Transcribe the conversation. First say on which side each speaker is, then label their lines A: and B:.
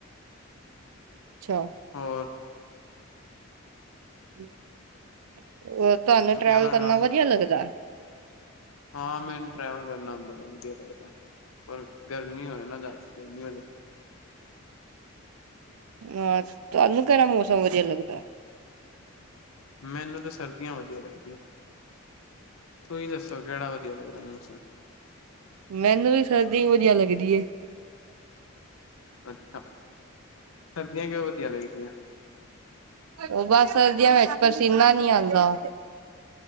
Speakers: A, on the left; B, on the right.
A: <inaudible>
B: ਅੱਛਾ।
A: ਹੋਰ?
B: ਹੋਰ, ਤੁਹਾਂਨੂੰ
A: ਛੁੱਟੀਆਂ
B: ਟਰੈਵਲ
A: ਦਾ
B: ਕਰਨਾ
A: ਕੰਮ
B: ਵਧੀਆ ਲੱਗਦਾ?
A: ਹਾਂ, ਮੈਨੂੰ ਟ੍ਰੈਵਲ ਕਰਨਾ, ਬੜਾ ਵਧੀਆ ਲੱਗਦਾ ਹੈ। ਪਰ ਗਰਮੀ ਹੋਏ ਨਾ <unintelligible> ਜ਼ਿਆਦਾ ਗਰਮੀ ਹੋ
B: ਹਾਂ, ਤੁਵਾਂਨੂੰ ਕਿਹੜਾ ਮੌਸਮ ਵਧੀਆ ਲੱਗਦਾ?
A: ਮੈਨੂੰ ਤਾਂ ਸਰਦੀਆਂ ਵਧੀਆ ਲੱਗਦੀਆਂ, ਤੁਹੀ ਦੱਸੋ, ਕਿਹੜਾ ਵਧੀਆ ਲੱਗਦਾ, ਮੌਸਮ?
B: ਮੈਨੂੰ ਵੀ, ਸਰਦੀ ਵਧੀਆ ਲੱਗਦੀ ਏ।
A: ਅਛਾ। ਸਰਦੀਆਂ ਕਿਉਂ ਵਧੀਆ ਲੱਗਦੀਆਂ?
B: ਉਹ ਬਸ, ਸਰਦੀਆਂ ਵਿਚ ਪਸੀਨਾ ਨੀ ਆਂਦਾ।